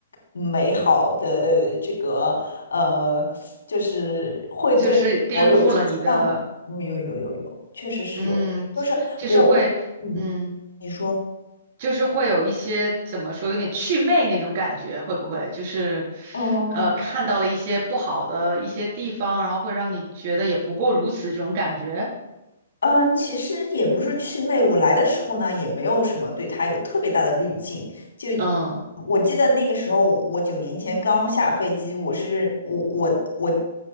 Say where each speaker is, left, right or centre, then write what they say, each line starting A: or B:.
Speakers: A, on the left; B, on the right.
A: 美好的这个呃，就是会对我有一些向往。
B: 就是颠覆了你的，
A: 有有有有有，确实是有，
B: 嗯，
A: 就是我，
B: 就是会，
A: 嗯，
B: 嗯，
A: 你说。
B: 就是会有一些怎么说，有点祛魅那种感觉，会不会？就是，
A: 嗯，
B: 呃，看到了一些不好的一些地方，然后会让你觉得也不过如此这种感觉。
A: 嗯，其实也不是祛魅，我来的时候呢，也没有什么对他有特别大的滤镜。就
B: 嗯
A: 我记得那个时候，我九年前刚下飞机，我是我我我